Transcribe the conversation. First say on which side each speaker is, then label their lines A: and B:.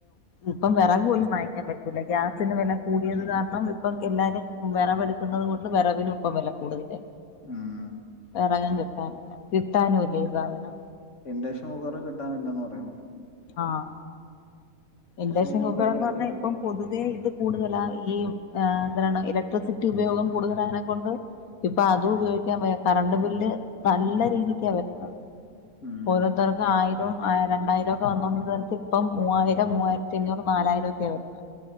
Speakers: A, on the left; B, on the left.
A: ഇപ്പം വെറർക് പോലും വാങ്ങി പറ്റത്തില്ല ഗ്യാസിന് വെല കൂടിയത് കാരണം ഇപ്പം എല്ലാരും വിറവെടുക്കുന്നത് കൊണ്ട് വെറവിനും ഇപ്പം വെല കൂടുതല്
B: ഉം
A: വെറകും കിട്ടാല്ല കിട്ടാനും ഇല്ല ഈ സാധനം
B: ഇൻഡക്ഷൻ കുക്കറും കിട്ടാനില്ലന്ന് പറയുന്നു
A: ആഹ് ഇൻഡക്ഷൻ
B: കുക്കറിന്
A: കുക്കറെന്നു
B: ഭയങ്കര
A: പറഞ്ഞാ
B: ഡിമാൻഡ്
A: ഇപ്പം പാെതു ഇതേ ഇത് കൂടുതലാ ഈഹ് ആഹ് എന്തരേണ് ഇലക്ട്രിസിറ്റി ഉപയോഗം കൂടുതലായേനെക്കൊണ്ട് ഇപ്പം അതും ഉപയോഗിക്കാൻ വയ്യ കറണ്ട് ബില്ല് നല്ല രീതിക്കാ വരുന്നത്
B: ഉം
A: ഓരോത്തർക്ക് ആയിരോം ആഹ് രണ്ടായിരം ക്ക വന്നോണ്ടിരുന്നിടത്ത് ഇപ്പം മൂവ്വായിരം മുവ്വായിര്ത്തി അഞ്ഞൂറ് നാലായിരം ഒക്കെയാ വരുന്നെ